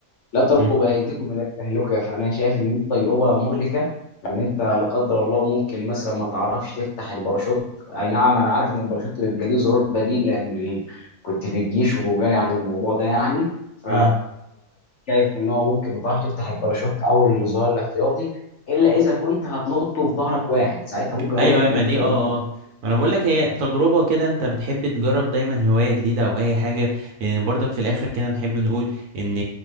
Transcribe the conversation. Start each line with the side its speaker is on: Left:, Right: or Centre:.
Left: لا تلقوا
Right: امم
Left: بايديكم الى التهلكه فانا شايف ان دي تجربه مهلكه ان انت لا قدر الله ممكن مثلا ما تعرفش تفتح الباراشوت اي نعم انا عارف ان الباراشوت بيبقى ليه زرار بديل لان كنت في الجيش وجالي عن الموضوع ده يعني ف
Right: اه
Left: شايف ان هو ممكن ما تعرفش تفتح الباراشوت او الزرار الاحتياطي الا اذا كنت هتنط وفي ظهرك واحد ساعتها ممكن
Right: ايوه
Left: اقول لك
Right: ايوه ما
Left: نط
Right: دي
Left: لو
Right: اه
Left: انت
Right: اه ما انا بقول لك هي تجربه كده انت بتحب تجرب دايما هوايه جديده او اي حاجه لان برضك في الاخر كده نحب نقول ان